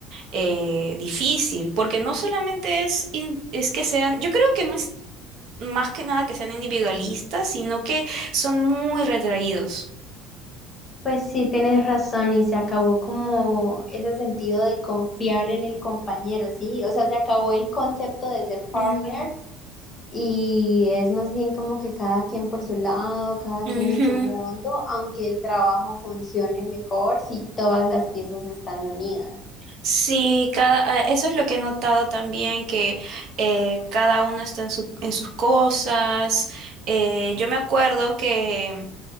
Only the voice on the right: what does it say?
eh, difícil, porque no solamente es, in- es que sean, yo creo que no es más que nada que sean individualistas, sino que son muy retraídos.
Ujú,
ujú.
Sí, cada, eh, eso es lo que he notado también, que eh, cada uno está en su- en sus cosas. Eh, yo me acuerdo que